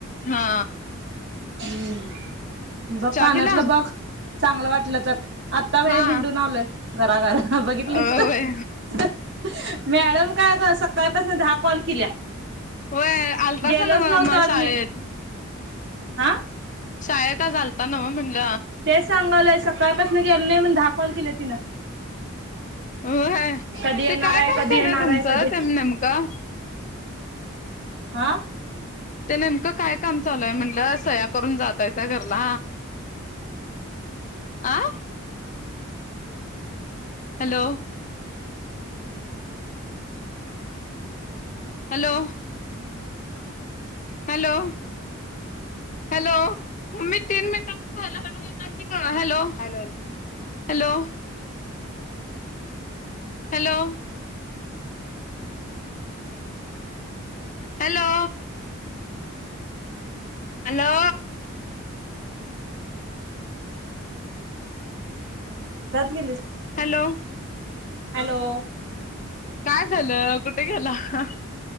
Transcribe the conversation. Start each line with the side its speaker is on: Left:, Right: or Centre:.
Left: हा.
Right: हम्म बघ
Left: चहा
Right: कानातलं
Left: पिला
Right: बघ चांगलं वाटलं तर. आता बाहेर
Left: हा
Right: हिंडून आलोय घराघर बघितलीस
Left: अ
Right: ना.
Left: व्हय
Right: मॅडम काय अता सकाळपासन दहा कॉल केल्या.
Left: व्हय आलतासा
Right: गेलोच
Left: नव्ह
Right: नव्हतो
Left: मग
Right: आज
Left: शाळेत
Right: मी आ
Left: शाळेत आज आलता नव्ह म्हणल.
Right: तेच सांगालोय सकाळपासन गेलो नाय म्हणून दहा कॉल केलं तिनं.
Left: व्हय
Right: कधी येणार
Left: ते काय काम
Right: कधी
Left: चालू
Right: येणार
Left: आहे तुमचं?
Right: कधी
Left: त्यांना नेमक का?
Right: आ
Left: ते नेमकं काय काम चालूय म्हणलं सया करून जातायसा घरला. आं hello! Hello! Hello! Hello! Mummy तीन मिनिटाचं राहिलं हॅलो येना कि ग hello, hello hello. Hello! Hello! Hello! Hello!
Right: <unintelligible>
Left: Hello!
Right: Hello!
Left: काय झालं? कुठे गेला? <unintelligible>